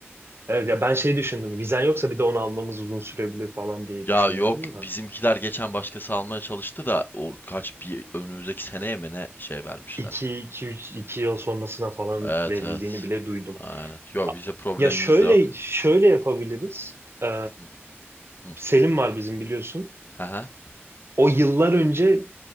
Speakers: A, on the right; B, on the left.
A: Evet ya ben şey düşündüm. Vizen yoksa bir de onu almamız uzun sürebilir falan diye
B: Ya
A: düşünüyordum
B: yok
A: da.
B: bizimkiler geçen başkası almaya çalıştı da o kaç bir önümüzdeki seneye mi ne şey vermişler.
A: 2 2 3 2 yıl sonrasına falan
B: Evet
A: verildiğini
B: evet.
A: bile duydum.
B: Aynen. Yok
A: A-
B: bize problemimiz
A: Ya şöyle
B: de yok.
A: şöyle yapabiliriz. Ee,
B: Hı, hı.
A: Selim var bizim biliyorsun.
B: Aha.
A: O yıllar önce